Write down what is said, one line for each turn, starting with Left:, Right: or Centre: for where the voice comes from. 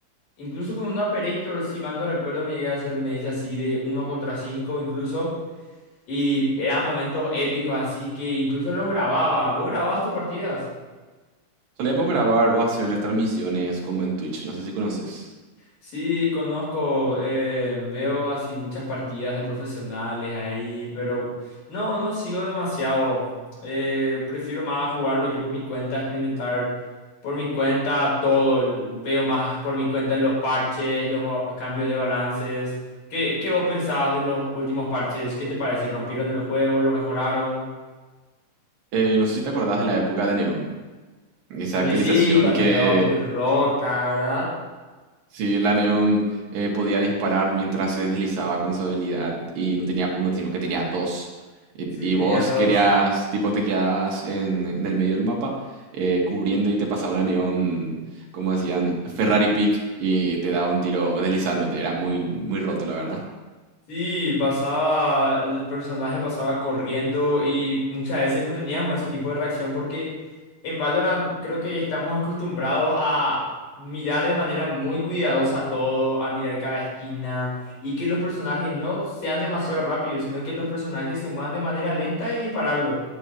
Left: Incluso con un operator, si mal no recuerdo, me llegué a hacer un ace así de uno contra 5, incluso. Y eran momentos épicos, así que incluso los grababa. ¿Vos grababas tus partidas?
Right: Solíamos grabar o hacer transmisiones como en Twitch, no sé si conoces.
Left: Sí, conozco, eh, veo así muchas partidas de profesionales ahí, pero no, no sigo demasiado. Eh, prefiero más jugarlo yo por mi cuenta, experimentar por mi cuenta todo. el- Veo más por mi cuenta los parches, los cambios de balances. ¿Qué, qué vos pensabas de los últimos parches? ¿Qué te parece? ¿Rompieron el juego? ¿Lo mejoraron?
Right: Eh, no sé si te acordás de la época de Neon. Esa
Left: Tenía-
Right: actualización
Left: Sí, cuando
Right: que
Left: estaba muy rota, ¿verdad?
Right: sí, la Neon eh, podía disparar mientras se deslizaba con su habilidad y no tenía uno, sino que tenía dos. Y,
Left: Sí,
Right: y
Left: tenía
Right: vos
Left: dos.
Right: querías, tipo, te quedabas en, en el medio del mapa eh, cubriendo y te pasaba una Neon, como decían, Ferrari Peak y te daba un tiro deslizándote. Era muy, muy roto, la verdad.
Left: Sí, pasaba, el personaje pasaba corriendo y muchas veces no teníamos ese tipo de reacción porque en Valorant creo que estamos acostumbrados a mirar de manera muy cuidadosa todo, a mirar cada esquina y que los personajes no sean demasiado rápidos, sino que los personajes se muevan de manera lenta y dispararlos.